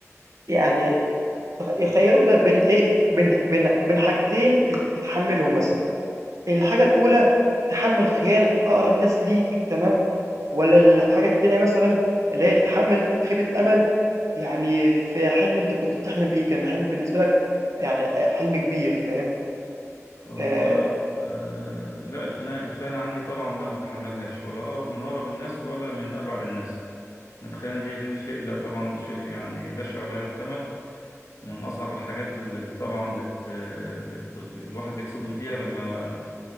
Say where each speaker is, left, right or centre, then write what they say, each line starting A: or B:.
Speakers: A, on the right; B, on the left.
A: يعني تخ- يخيّروك ما بين إيه، بين بين بين حاجتين تت تتحمّلهم مثلًا، الحاجة الأولى تتحمّل خيانة أقرب ناس ليك تمام، والّا الحاجة التانية مثلًا اللي هي تتحمّل خيبة أمل يعني في حلم أنت كنت بتحلم بيه، كان حلم بالنسبة لك يعني آآ حلم كبير فاهم؟
B: هو
A: آآ
B: آه لا الخناقة الخناقة عندي طبعا لا ما اتحملهاش ولا من أقرب الناس ولا من أبعد الناس الخيانة دي شيء لا طبعا شيء يعني بشع ولا يحتمل من أصعب الحاجات اللي بت- طبعا بت... بت... الواحد بيتصدم فيها لما